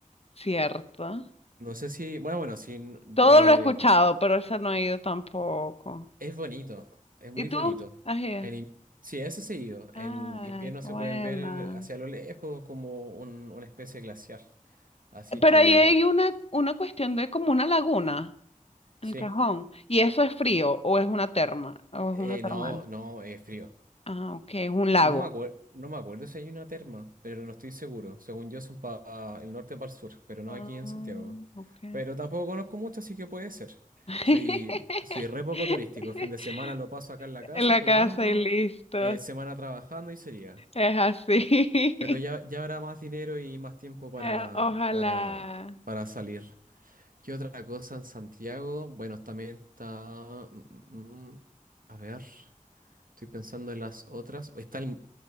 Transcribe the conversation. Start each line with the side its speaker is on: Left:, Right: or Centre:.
Left: Cierto.
Right: No sé si, bueno, bueno, si
Left: Todo
Right: eh,
Left: lo he escuchado, pero esa no he ido tampoco.
Right: Es bonito, es muy
Left: ¿Y tú?
Right: bonito.
Left: ¿Has ido?
Right: En, in- sí, eso es seguido.
Left: Ay,
Right: En invierno
Left: qué
Right: se
Left: buena.
Right: pueden ver hacia lo lejos como un- una especie de glaciar. Así
Left: Pero
Right: que,
Left: ahí hay una, una cuestión de como una laguna,
Right: sí,
Left: el Cajón. ¿Y eso es frío o es una terma o es
Right: Eh,
Left: una termal?
Right: no, no, es frío.
Left: Ah, ok, es un lago.
Right: No me acuerdo, no me acuerdo si hay una terma, pero no estoy seguro. Según yo son para el norte o para el sur, pero no
Left: Ah,
Right: aquí en Santiago.
Left: ok.
Right: Pero tampoco conozco mucho, así que puede ser.
Left: <laughs>
Right: Soy, soy re poco turístico. Fin de semana lo paso acá en la casa
Left: En la
Right: jugando,
Left: casa y listo.
Right: eh, semana trabajando y sería.
Left: Es así.
Right: Pero ya,
Left: <laughs>
Right: ya habrá más dinero y más tiempo para,
Left: Eh, ojalá.
Right: para, para salir. ¿Qué otra cosa en Santiago? Bueno, también está... mm, mm, mm, a ver, estoy pensando en las otras. Está el-